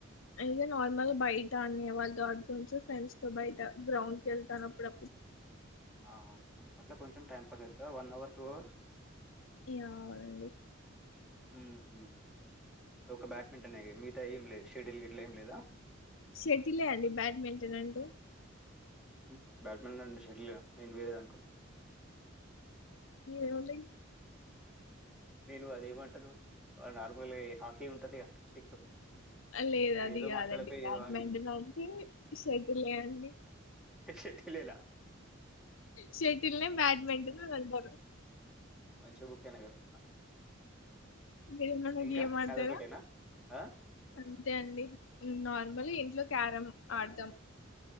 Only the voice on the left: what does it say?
అయితే నార్మల్ బయట ఆన్య వాళ్ళతో ఆడుకోచు ఫ్రెండ్స్ తో బయట గ్రౌండ్ కి ఎళ్తాన్ అప్పుడు
ఆవునండి
షటిలే అండి బ్యాడ్మింటన్ అంటే
ఎవన్నా
లేద్ అది
కాదండి
బ్యాడ్మింటన్
అంటే షటిలే అండి
షటిల్నె బ్యాడ్మింటన్ అంటారు
మీరేమన్నా
గేమ్ ఆడతారా
అంతే అండి నార్మల్ ఇంట్లో క్యారమ్ ఆడ్తం